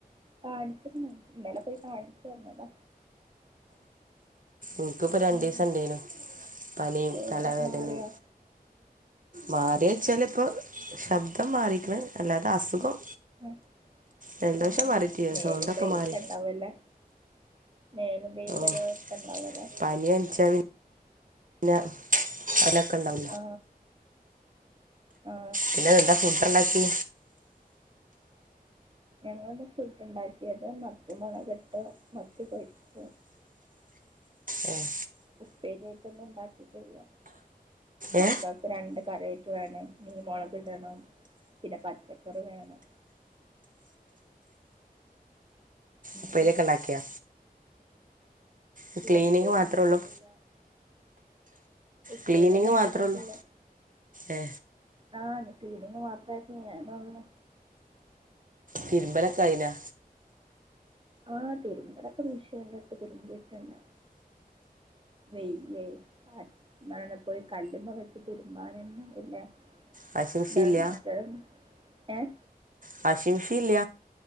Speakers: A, on the right; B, on the right.
A: കാണിച്ചിര്ന്ന്. ഇന്നലെ പോയി കാണിച്ചു വന്നതാ.
B: ഇൻക്ക്പ്പ രണ്ടീസം
A: ഉം.
B: ഇണ്ടേനു. പനിയും
A: ഓ
B: തലവേദനയും
A: മാറിയോ?
B: മാറ്യാേയ്ച്ചാല് ഇപ്പം ശബ്ദം മാറിക്ക്ണ് അല്ലാതെ അസുഖം
A: ഉം
B: ജലദോഷം
A: ആ
B: മാറിയിട്ടില്ല
A: മേലും
B: സൗണ്ടൊക്കെ
A: കൈ
B: മാറി
A: ഒക്കെ ഇണ്ടാവല്ലേ? മേലും കൈയും
B: ഓ
A: <unintelligible> ഉണ്ടാവല്ലെ
B: പനി പൻച്ചാ പിന്നെ ഓലക്കെ ഇണ്ടാ <unintelligible>
A: ആ. ആ.
B: പിന്നെ തന്താ ഫുഡ് ഇണ്ടാക്കി?
A: ഞങ്ങള് ഇന്ന് ഫുഡ് ഉണ്ടാക്കിയത് മത്തിമുളകിട്ടു. മത്തി പൊരിച്ചു
B: ഉം
A: ഉപ്പേരി അയ്റ്റൊന്നും ഇണ്ടാക്കിട്ടില്ല. മക്കൾ
B: ഏ
A: രണ്ട് കറി അയ്റ്റ് വേണെ. മീൻ മൊളകിടണം പിന്നെ പച്ചക്കറി വേണം. ഉം.
B: ഉപ്പേരിയൊക്കെ ഇണ്ടാക്ക്യാ? ഇത് ക്ലീനിങ്
A: ഉപ്പേരി
B: മാത്ര
A: ഉണ്ടാക്കിയിട്ടില്ല
B: ഒള്ളൂ?
A: ഇല്ല ഉപ്പേരി
B: ക്ലീനിങ്
A: ഒന്നും ഉണ്ടാക്കിയിട്ടില്ല.
B: മാത്രമേ ഉള്ളൂ ഏ
A: ആ ക്ലീനിങ്ങ് മാത്രമേ ചെയ്യാനൊള്ളു.
B: തിരുമ്പലൊക്കെ അയ്ലാ?
A: ആഹ് തിരുമ്പലൊക്കെ മിഷീൻലിട്ട് തിരുമ്പീട്ട്ണ്ട്. നെയ്യ്അ എന്ന പിന്നെ പോയി കല്ലുമ വെച്ച് തിരുമ്പാനൊന്നു പിന്നെ. <unintelligible>
B: വാഷിംഗ് മെഷീൻ ഇല്ല
A: ഏഹ്
B: വാഷിംഗ് മിഷീൻ ഇല്ല.